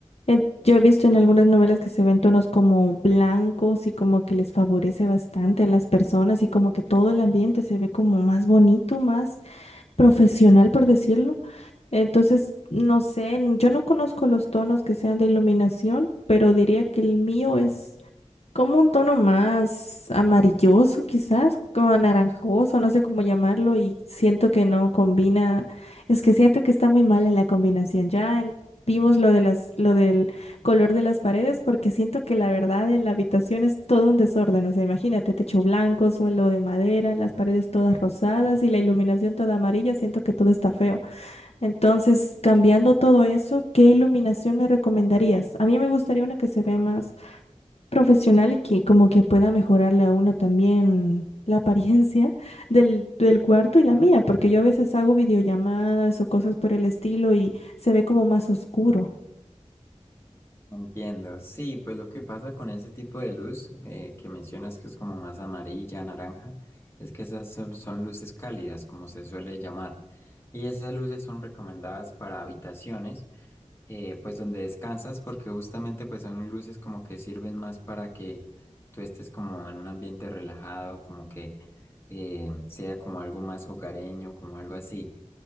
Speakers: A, on the left (about 60°); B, on the left (about 20°).
A: Eh, yo he visto en algunas novelas que se ven tonos como blancos y como que les favorece bastante a las personas y como que todo el ambiente se ve como más bonito, más profesional, por decirlo. Entonces, no sé, n- yo no conozco los tonos que sean de iluminación, pero diría que el mío es como un tono más amarilloso quizás, como anaranjoso, no sé cómo llamarlo y siento que no combina, es que siento que está muy mala la combinación. Ya en- vimos lo de las, lo del color de las paredes porque siento que la verdad en la habitación es todo un desorden, o sea, imagínate, techo blanco, suelo de madera, las paredes todas rosadas y la iluminación toda amarilla, siento que todo está feo. Entonces, cambiando todo eso, ¿qué iluminación me recomendarías? A mí me gustaría una que se vea más profesional y que como que pueda mejorarle a uno también la apariencia <laughs> del, del cuarto y la mía, porque yo a veces hago videollamadas o cosas por el estilo y se ve como más oscuro.
B: Entiendo. Sí, pues lo que pasa con ese tipo de luz eh, que mencionas que es como más amarilla, naranja, es que esas son, son luces cálidas, como se suele llamar. Y esas luces son recomendadas para habitaciones, eh, pues donde descansas, porque justamente pues son luces como que sirven más para que tú estés como en un ambiente relajado, como que eh, sea como algo más hogareño, como algo así.